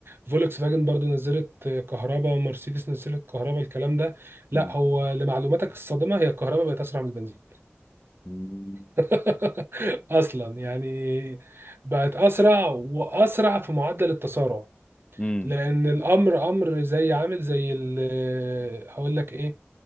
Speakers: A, on the right; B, on the left.
A: فولكس فاجن برضو نزلت كهرباء مرسيدس نزلت كهرباء الكلام ده لا
B: مم.
A: هو لمعلوماتك الصادمة هي الكهرباء بقت أسرع من البنزين
B: مم.
A: <laughs> أصلا يعني بقت أسرع وأسرع في معدل التسارع
B: مم.
A: لان الامر امر زي عامل زي ال- هقول لك ايه